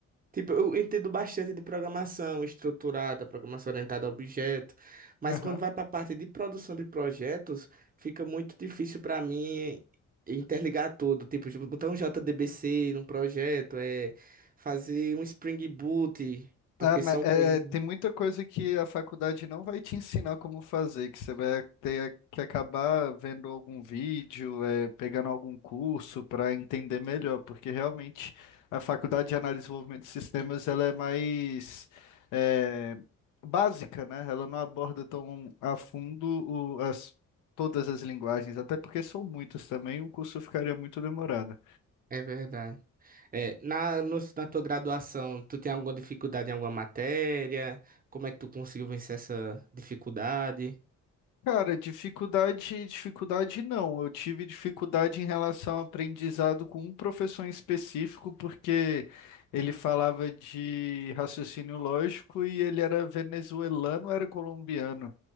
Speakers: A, on the right; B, on the left.
A: Tipo, eu entendo bastante de programação estruturada, programação orientada a objeto, mas
B: aham.
A: quando vai para a parte de produção de projetos, fica muito difícil para mim interligar tudo. Tipo, de botar um JDBC num projeto, é fazer um Spring Boot, porque
B: Ah, mas,
A: são
B: é,
A: coisas.
B: tem muita coisa que a faculdade não vai te ensinar como fazer, que você vai ter que acabar vendo algum vídeo, é, pegando algum curso para entender melhor, porque realmente a faculdade de análise e desenvolvimento de sistemas ela é mais é, básica, né? Ela não aborda tão a fundo o- as- todas as linguagens, até porque são muitas também, o curso ficaria muito demorado.
A: É verdade. É, na, no- na tua graduação, tu tem alguma dificuldade em alguma matéria? Como é que tu conseguiu vencer essa dificuldade?
B: Cara, dificuldade, dificuldade não. Eu tive dificuldade em relação ao aprendizado com um professor em específico, porque ele falava de raciocínio lógico e ele era venezuelano, era colombiano.